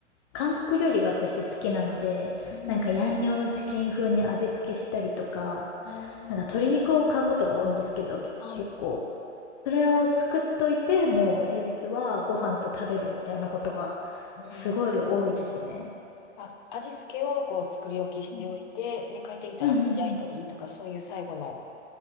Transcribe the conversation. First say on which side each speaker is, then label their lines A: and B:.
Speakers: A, on the left; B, on the left.
A: 韓国料理が私好きなので、
B: うん。
A: なんかヤンニョムチキン風に味付けしたりとか、
B: あ
A: なんか鶏肉を買うことが多いんですけど、
B: あ、はい。
A: 結構。それを作っといて、もう平日はご飯と食べるみたいなことが
B: うん。
A: すごい多いですね。
B: あ、味付けをこう作り置きしておいて、
A: うん
B: で、帰ってきたらこう焼いたりとか、
A: うんうんうん。
B: そういう最後の。